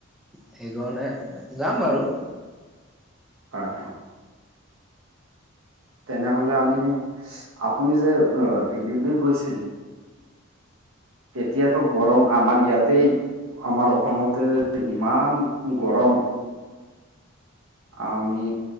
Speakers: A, in the centre; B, on the right.
A: সেইকাৰণে। যাম বাৰু।
B: কৰা তে <unintelligible> এতিয়াতো গৰম আমাৰ ইয়াতেই আমাৰ অসমতে ইমান গৰম আ আমি